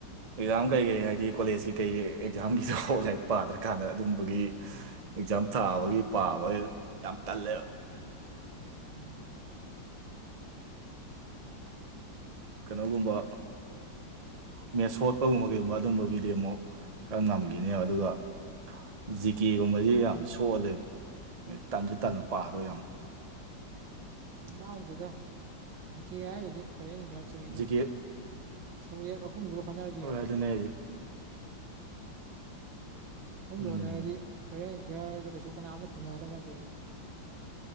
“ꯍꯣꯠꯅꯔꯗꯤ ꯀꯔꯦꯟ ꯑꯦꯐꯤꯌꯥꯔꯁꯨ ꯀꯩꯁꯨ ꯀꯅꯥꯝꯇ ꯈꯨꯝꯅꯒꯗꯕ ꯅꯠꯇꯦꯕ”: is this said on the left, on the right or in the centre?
Right